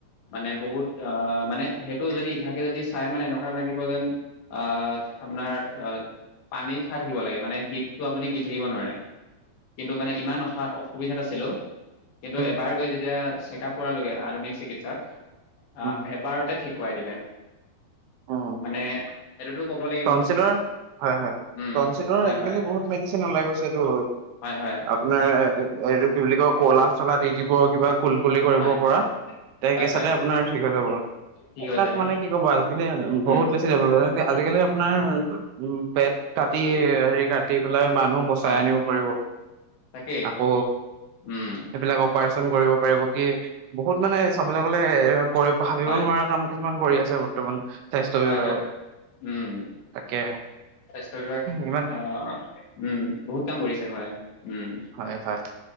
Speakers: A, on the left; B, on the right.
A: মানে বহুত আহ মানে, সেইটো যদি ইভাগে যদি চাই মানে এনেকুৱা লাগিব যেন, আ, আপোনাৰ আ। পানী খাই থাকিব লাগে মানে। হিপটো আপুনি গিলি থাকিব নোৱাৰে। কিন্তু মানে ইমান অসা। অসুবিধাত আছিলোঁ। কিন্তু
B: উম
A: এবাৰ গৈ যেতিয়া চেকআপ কৰালোগে। আধুনিক চিকিৎসাত। আ
B: উম উম
A: এবাৰতে ঠিক কৰাই দিলে।
B: উম
A: মানে সেইটোতো ক'ব লাগিব।
B: টনচিলৰ হয় হয়।
A: উম
B: টনচিলৰ
A: হয়
B: আজিকালি
A: হয়
B: বহুত মেডিচিন ওলাই গৈছে টো।
A: হয় হয়
B: আপোনাৰ এইটো কি বুলি কলা চলাত দি দিব কিবা। কুলকুলি কৰিব
A: হয়
B: পৰা। ভায়েক
A: হয়
B: একে
A: হয়
B: চাতে আপোনাৰ ঠিক হৈ যাব।
A: ঠিক
B: এইবিলাক
A: হৈ যায়
B: মানে কি ক'ব আজিকালি বহুত
A: উম
B: বেছি। আজিকালি আপোনাৰ উম, পেট কাটি, হেৰি কাটি। কাটি পেলাই মানুহ বচাই
A: হয়
B: আনিব পাৰিব।
A: তাকেই
B: আকৌ।
A: উম
B: এইবিলাক অপাৰেচন কৰিব পাৰিব। কি বহুত মানে চাবলৈ গ'লে কৰিব ভাবিব
A: হয়
B: নোৱাৰা কাম। কিছুমান কৰি আছে বৰ্তমান। স্বাস্থ্য
A: হয়-হয়,
B: বিভাগত
A: উম।
B: তাকে।
A: স্বাস্থ্য বিভাগ
B: ইমান
A: অ', উম, বহুত কাম কৰিছে হয়। উম।
B: হয়, হয়।